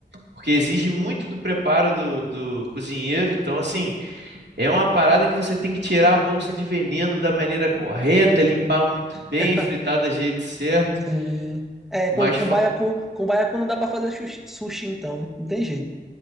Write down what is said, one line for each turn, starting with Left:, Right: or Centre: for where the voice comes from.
Right: porque exige muito do preparo do, do cozinheiro. Então, assim. É uma parada que você tem que tirar a bolsa de veneno da maneira correta, limpar muito bem,
Centre: <laughs>
Right: fritar do jeito certo.
Centre: Sim. É,
Right: Mas
Centre: com, com
Right: fa-
Centre: baiacu, com baiacu não dá pra fazer sushi, sushi, então, né? Não tem jeito.